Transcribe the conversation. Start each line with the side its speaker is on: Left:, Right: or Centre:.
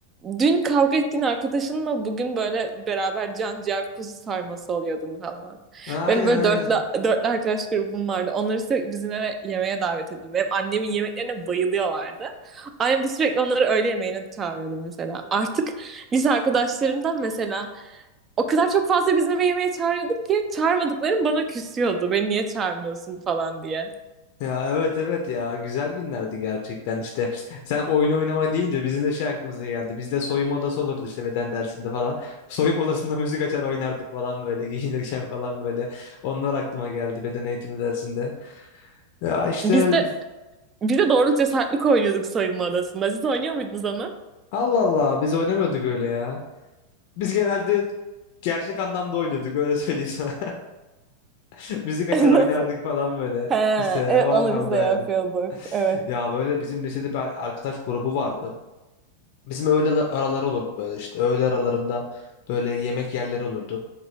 Right: Dün kavga ettiğin arkadaşınla bugün böyle beraber can ciğer kuzu sarması oluyordun falan.
Left: Aynen
Right: Benim böyle
Left: aynen.
Right: dörtlü, dörtlü arkadaş grubum vardı. Onları sürekli bizim eve yemeğe davet ediyordum. Benim annemin yemeklerine bayılıyorlardı. Annem de sürekli onları öğle yemeğine çağırıyordu mesela. Artık lise arkadaşlarımdan mesela o kadar çok fazla bizim eve yemeğe çağırıyordum ki çağırmadıklarım bana küsüyordu. Beni niye çağırmıyorsun falan diye.
Left: Ya evet evet ya güzel günlerdi gerçekten işte sen oyun oynama deyince bizim de şey aklımıza geldi bizde de soyunma odası olurdu işte beden dersinde falan <laughs> soyunma odasında müzik açar oynardık falan böyle <laughs> giyinirken falan böyle onlar aklıma geldi beden eğitimi dersinde ya işte
Right: Biz de biz de doğru cesaretlik oynuyorduk soyunma odasında. Siz oynuyor muydunuz onu?
Left: Allah Allah biz oynamıyorduk öyle ya biz genelde gerçek anlamda oynuyorduk öyle söyleyeyim sana <laughs> müzik açar
Right: <laughs>
Left: oynardık
Right: Nasıl?
Left: falan böyle
Right: He,
Left: işte
Right: evet
Left: o anlamda
Right: onu biz de yapıyorduk.
Left: yani
Right: Evet.
Left: ya böyle bizim lisede bir arkadaş grubu vardı Bizim öğle la- araları olurdu böyle işte. Öğle aralarında böyle yemek yerleri olurdu.